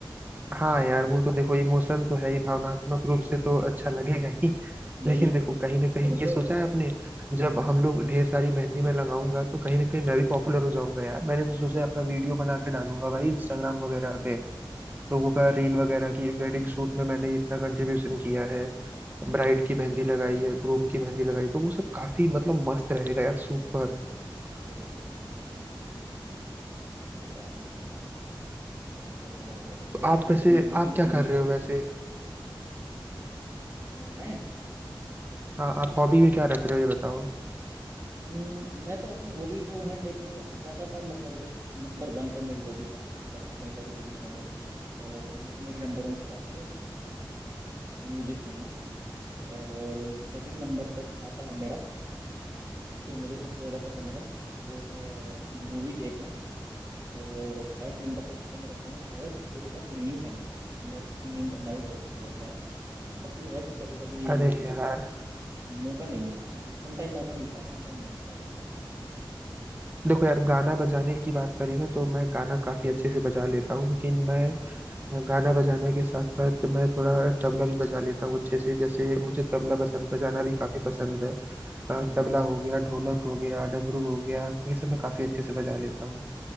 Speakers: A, on the right; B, on the right.
A: हाँ यार वो तो देखो इमोशन तो है ही भावनात्मक रूप
B: <laughs>
A: से तो अच्छा लगेगा ही <laughs>
B: नहीं
A: लेकिन देखो कहीं
B: सुनो
A: ना कहीं ये
B: तो
A: सोचा है आपने जब हम
B: हम्म,
A: लोग ढेर सारी मेहंदी में लगाऊंगा तो कहीं ना कहीं मैं भी पॉपुलर हो जाऊंगा यार मैंने तो सोचा है अपना वीडियो बना के डालूंगा भाई इंस्टाग्राम वगैरह पे लोगों का
B: हाँ
A: रील वगैरह की वेडिंग शूट में मैंने इतना कंट्रीब्यूशन किया है
B: हम्म,
A: ब्राइड की मेहंदी लगाई है ग्रूम की मेहंदी लगाई तो वो सब काफी मतलब मस्त रहेगा यार सुपर
B: बिल्कुल बिल्कुल बिल्कुल ये तो आपने सही कहा बिल्कुल बहुत बढ़िया लगा वैसे मुझे
A: तो
B: आपकी
A: आप वैसे
B: हॉबीज ना बिल्कुल
A: आप क्या
B: यूनिक
A: कर रहे हो वैसे
B: मैं
A: हाँ आप हॉबी में क्या रख रहे हो ये बताओ
B: हम्म, मैं तो अपनी हॉबी जो है मेरी तो ज्यादातर मतलब जो नंबर वन पर मेरी हॉबी है वैसे तो कई सारी हॉबीज हैं मेरी और उनमें से मेरी नंबर वन पे तो आती है म्यूजिक सुनना और सेकंड नंबर पर आता है मेरा जो मुझे सबसे ज्यादा पसंद है वो है मूवी देखना और थर्ड नंबर पे जिसको मैं रखता हूँ वो है खुद का सिंगिंग करना मेरे को सिंगिंग करना भी बहुत अच्छा लगता है बस ये है कि कभी कभी
A: अरे यार
B: मौका नहीं मिला समटाइम मौका मिलता है समटाइम नहीं मिलता बस
A: देखो यार गाना बजाने की बात करें ना तो मैं गाना काफी अच्छे से बजा लेता हूँ लेकिन मैं अ, गाना बजाने के साथ साथ मैं थोड़ा तबला भी बजा लेता हूँ अच्छे से जैसे मुझे
B: अच्छा
A: तबला पसंद बजाना भी काफी पसंद है अ,
B: हम्म
A: तबला हो गया ढोलक हो गया डमरू हो गया ये सब मैं काफी अच्छे
B: अच्छा
A: से
B: अच्छा
A: बजा लेता हूँ